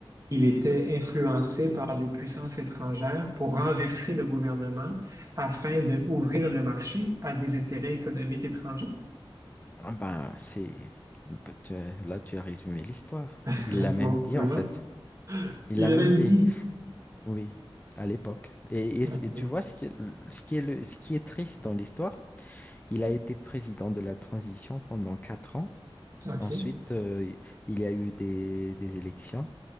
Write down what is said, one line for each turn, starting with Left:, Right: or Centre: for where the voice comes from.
Right: Il était influencé par des puissances étrangères pour renverser le gouvernement afin d'ouvrir le marché à des intérêts économiques étrangers.
Left: Ah ben, c'est... tu as- Là, tu as résumé l'histoire.
Right: <laughs>
Left: Il l'a même
Right: Bon,
Left: dit,
Right: tu
Left: en
Right: vois.
Left: fait. Il
Right: Il
Left: l'a même
Right: a même
Left: dit,
Right: dit.
Left: oui, à l'époque. Et, et
Right: OK,
Left: c- et tu vois, ce qui est, ce qui est, le, ce qui est triste dans l'histoire, il a été président de la transition pendant quatre ans.
Right: OK.
Left: Ensuite, euh, il y a eu des, des élections